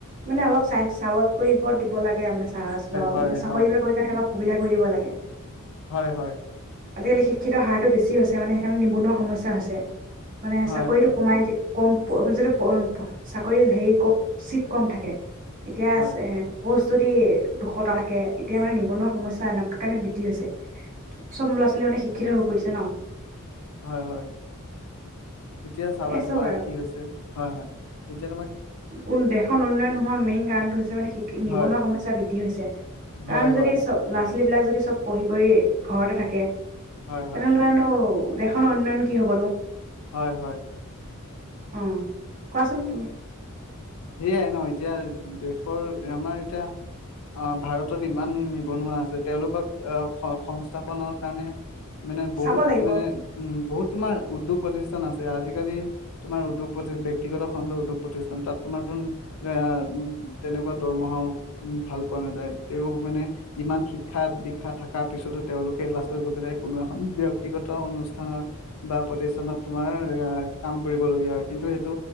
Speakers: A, on the right; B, on the left.
A: মানে অলপ চাই চাপ্ট্ কৰিব দিব লাগে। মানে চাহ
B: হয়
A: চাকৰি
B: হয়
A: বিাক কাৰণে অলপ সুবিধা কৰি দিব লাগে।
B: হয় হয়।
A: আজিকালি শিক্ষিতৰ হাৰটো বেছি হৈছে মানে সেইকাৰণে নিবনুৱা সমস্যা হৈছে। মানে
B: হয়
A: চাকৰিতটো
B: হয় হয়
A: কমাই দি কম যাতে চাকৰি হেৰি চিট কম থাকে। এতিয়া
B: হয়
A: আছে পোস্ট যদি দুশটাা থাকে এতিয়া মানে নিবনুৱা সমস্যা এনেকুৱা কাৰণে বৃদ্ধি হৈছে চব আজি কালি মানে শিক্ষিত হৈ পৰিছে ন।
B: হয় হয়। তেতিয়া চাবা
A: এ
B: তোমাৰ
A: চব আৰু
B: কি হৈছে হয় হয় তেতিয়া তোমাৰ
A: উ দেশখন উন্নয়ন হোৱা মেইন কাৰণটো হৈছে মানে নিবনুৱা
B: হয়
A: সমস্যা বৃদ্ধি হৈছে কাৰণ
B: হয়
A: যদি
B: হয়
A: চব ছী বিলাক যদি চব পঢ়ি কৰি ঘৰতে থাকে <unintelligible>
B: হয় হয়
A: দেখনৰ উন্নয়ন কি হ'বনো।
B: হয় হয়।
A: অ কোৱাচোন কিনি
B: সেয়াই নহ এতিয়া দেশৰ আমাৰ এতিয়া অ ভাৰত ইমান নিবনুৱা আছে তেওঁলোকক আহ সংস্থাপনৰ কাৰণে মানে বহুত
A: চাব লাগিব
B: মানে উম বহুত তোমাৰ উদ্যোগ প্ৰতিষ্ঠান আছে আজিকালি তোমাৰ উদ্যোগ প্ৰতি ব্যক্তিগত খণ্ড উদ্যোগ প্ৰতিষ্ঠান তাত তোমাৰ তোন এ তেনেকুৱা দৰমহাও উ ভাল পোৱা নেযায় তেওঁ মানে ইমান শিক্ষা দীক্ষা থকাৰ পিছতো তেওঁলোকে লাষ্টত গৈ পেলাই কোনো এখন ব্যক্তিগত অনুষ্ঠানৰ বা প্ৰতিষ্ঠানত তোমাৰ এ কাম কৰিব লগীয়া হয় কিন্তু সেইটো